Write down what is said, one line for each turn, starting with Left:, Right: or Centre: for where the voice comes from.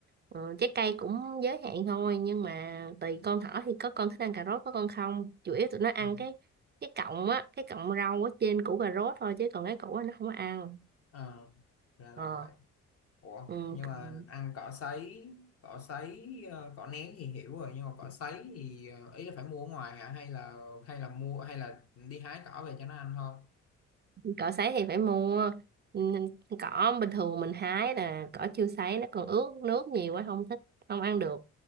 Right: ừ, trái cây cũng giới hạn thôi nhưng mà tùy con thỏ thì có con thích ăn cà rốt có con không chủ yếu tụi nó ăn
Left: ừ.
Right: cái cái cọng á cái cọng rau ở trên củ cà rốt thôi chứ còn cái củ á nó không có ăn
Left: ờ ra là
Right: ờ
Left: vậy Ủa,
Right: ừ,
Left: nhưng
Right: còn
Left: mà ăn cỏ sấy, cỏ sấy, ờ, cỏ nén thì hiểu rồi, nhưng mà cỏ sấy thì ờ, ý là phải mua ở ngoài hả? Hay là hay là mua hay là đi hái cỏ về cho nó ăn thôi?
Right: cỏ sấy thì phải mua Ừ, cỏ bình thường mình hái là cỏ chưa sấy nó còn ướt nước nhiều quá không thích không ăn được